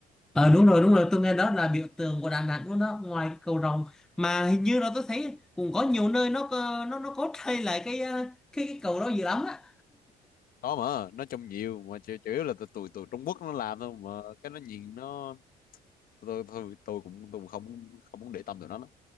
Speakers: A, in the centre; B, on the left.
A: Ờ đúng rồi đúng rồi tôi nghe đó là biểu tượng của Đà Nẵng luôn đó ngoài cái cầu rồng mà hình như là tôi thấy cũng có nhiều nơi nó có- nó nó có thay lại cái ờ, cái cái cầu đó dữ lắm á
B: có mà nói chung nhiều mà chủ, chủ yếu là tụi tụi tụi Trung Quốc nó làm thôi mà cái nó nhìn nó tôi tôi tôi cũng tôi cũng không không muốn để tâm tụi nó lắm